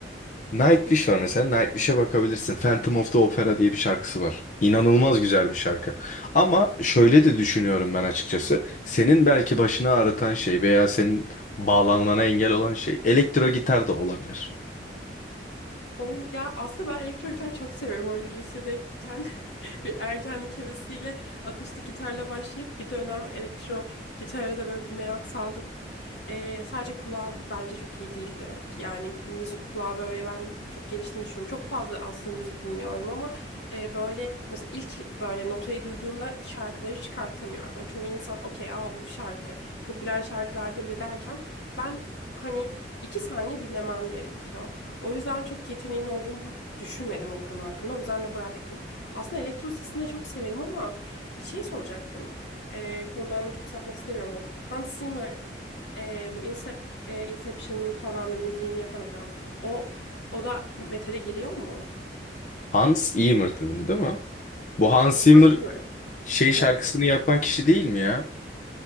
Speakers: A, on the left (about 45°); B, on the left (about 80°).
A: Nightwish
B: Kesinlikle
A: var mesela.
B: bakacağım.
A: Nightwish'e bakabilirsin. Phantom of the Opera diye bir şarkısı var. İnanılmaz güzel bir şarkı. Ama şöyle de düşünüyorum ben açıkçası. Senin belki başını ağrıtan şey veya senin bağlanmana engel olan şey elektro gitar da olabilir.
B: Ol, ya aslında ben elektro gitar çok seviyorum. Orada lisedeyken <laughs> bir ergenlik hevesiyle akustik gitarla başlayıp bir dönem elektro gitara da böyle bir merak saldım. Ee, sadece kulağım bence çok iyi değildi. Yani müzik kulağı böyle ben çok geliştiğini düşünüyorum. Çok fazla aslında müzik dinliyorum ama e, böyle mesela ilk böyle notayı duyduğumda şarkıları çıkartamıyorum. Hani çoğu insan okey aa bu şarkı popüler şarkılarda bile derken ben hani iki saniye dinlemem gerekiyor. O yüzden çok yeteneğimin olduğunu düşünmedim o konu hakkında. O yüzden de bıraktım. Aslında elektro sesini de çok severim ama şey soracaktım. Ee, konudan da çok sapmak istemiyorum. Bu Hans Zimmer, e, bu Incep, e, Inception falan da müziğini yapan adam. O o da metale giriyor mu?
A: Hans Zimmer dedin değil mi? Bu
B: Evet.
A: Hans Zimmer
B: Hans Zimmer.
A: şey
B: Evet.
A: şarkısını yapan kişi değil mi ya?